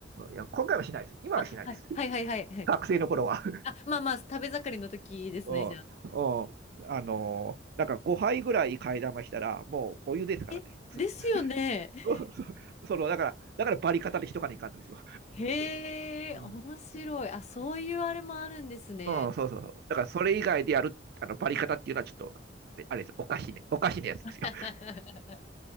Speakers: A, on the right (about 55°); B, on the left (about 35°).
A: いや、今回はしないです。今はしないです。
B: あ、はい。
A: <laughs>
B: はいはいはいはい。
A: 学生の頃は。
B: あ、まあまあ、食べ盛りの時ですね、
A: うん、
B: じゃあ。
A: うん、あのー、だから5杯ぐらい替え玉したら、もうお湯ですからね。
B: え、
A: す
B: ですよね。<laughs>
A: <laughs> その、だから、だからバリ方で一かにいかんのですよ。
B: へえ、
A: うん、
B: 面白い。あ、そういうあれもあるんですね。
A: うん、そうそうそう。だからそれ以外でやる、あの、バリ方っていうのはちょっと、あれあれです。おかしいね。おかしいなやつですよ。
B: <laughs>